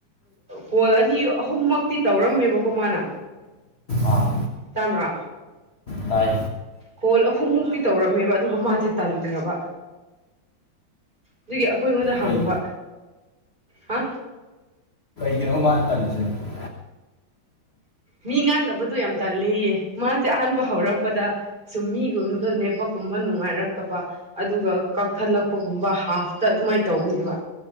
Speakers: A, on the right; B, on the left.
A: ꯀꯣꯜ ꯑꯅꯤ ꯑꯍꯨꯝꯃꯛꯇꯤ ꯇꯧꯔꯝꯃꯦꯕꯀꯣ ꯃꯥꯅ
B: ꯑꯥ
A: ꯇꯕ꯭ꯔꯥ
B: ꯇꯥꯏ
A: ꯀꯣꯜ ꯑꯍꯨꯝꯃꯨꯛꯇꯤ ꯇꯧꯔꯝꯃꯦꯕ ꯑꯗꯨꯒ ꯃꯥꯁꯦ ꯇꯟꯈ꯭ꯔꯕ ꯑꯗꯨꯒꯤ ꯑꯩꯈꯣꯏꯉꯣꯟꯗ ꯍꯪꯕ
B: ꯀꯩ
A: ꯍꯥ
B: <inaudible>
A: ꯃꯤ ꯉꯥꯡꯅꯕꯗꯣ ꯌꯥꯝ ꯇꯜꯂꯤꯌꯦ ꯃꯥꯁꯦ ꯑꯍꯥꯟꯕ ꯍꯧꯔꯛꯄꯗ ꯁꯨꯝ ꯃꯤꯒꯨꯝꯕꯗꯣ ꯅꯦꯕꯀꯨꯝꯕ ꯅꯨꯡꯉꯥꯏꯔꯛꯇꯕ ꯑꯗꯨꯒ ꯀꯛꯊꯠꯂꯛꯄꯒꯨꯝꯕ ꯍꯥꯐꯇ ꯑꯗꯨꯃꯥꯏꯅ ꯇꯧꯕꯅꯦꯕ